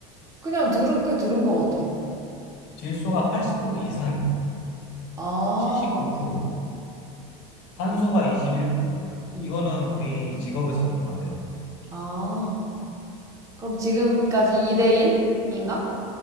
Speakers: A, on the right; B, on the left.
A: 그냥 들은 게 들은 것 같아.
B: 질소가 80% 이상이야.
A: 아,
B: 79%. 탄소가
A: 그래?
B: 21%.
A: 음.
B: 이거는 우리 직업에서도 다 배워.
A: 아. 그럼 지금까지 2대 1인가?